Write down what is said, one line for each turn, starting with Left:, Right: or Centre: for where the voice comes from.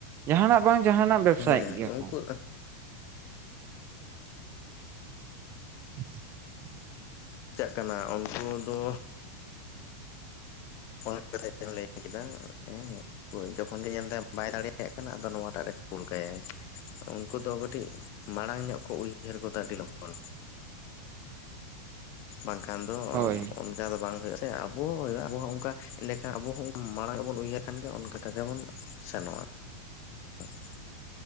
Right: ᱡᱟᱦᱟᱸᱱᱟᱜ ᱵᱟᱝ ᱡᱟᱦᱟᱸᱱᱟᱜ ᱵᱮᱵᱽᱥᱟᱭᱮᱫ
Left: ᱦᱮᱸ
Right: ᱜᱮᱭᱟ ᱠᱚ
Left: ᱩᱱᱠᱩ
Right: <inaudible>
Left: ᱪᱟᱜ ᱠᱟᱱᱟ ᱩᱱᱠᱩ ᱫᱚ ᱚᱱᱟ ᱠᱟᱛᱷᱟ ᱜᱤᱵᱮᱱ ᱞᱟᱹᱭ ᱠᱮᱫᱟ ᱮᱸᱜ᱾ ᱦᱳᱭ ᱡᱚᱠᱷᱚᱱ ᱜᱮ ᱧᱮᱞ ᱫᱟᱭ ᱵᱟᱭ ᱫᱟᱲᱮᱭᱟᱜ ᱠᱟᱱᱟ ᱟᱫᱚ ᱱᱚᱣᱟ ᱴᱟᱜ ᱨᱮ ᱠᱩᱞ ᱠᱟᱭᱟᱭ ᱩᱱᱠᱩ ᱫᱚ ᱠᱟᱹᱴᱤᱡᱼᱼ ᱢᱟᱲᱟᱝ ᱧᱚᱜ ᱠᱚ ᱩᱭᱦᱟᱹᱨ ᱜᱚᱫᱟ ᱟᱹᱰᱤ ᱞᱚᱜᱚᱱ ᱵᱟᱝᱠᱷᱟᱱ ᱫᱚ
Right: ᱦᱳᱭ
Left: ᱚᱱᱠᱟ ᱫᱚ ᱵᱟᱝ ᱦᱳᱭᱳᱜᱼᱟ ᱥᱮ ᱟᱵᱚ ᱦᱚᱸ ᱟᱵᱚ ᱦᱚᱸ ᱚᱱᱠᱟ ᱮᱸᱰᱮᱠᱷᱟᱱ ᱟᱵᱚ ᱢᱟᱲᱟᱝ ᱨᱮᱵᱚᱱ ᱩᱭᱦᱟᱹᱨᱟ ᱠᱷᱟᱱ ᱚᱱᱠᱟ ᱴᱟᱠᱟ ᱵᱚᱱ ᱥᱮᱱᱚᱜᱼᱟ ᱦᱸ <inaudible>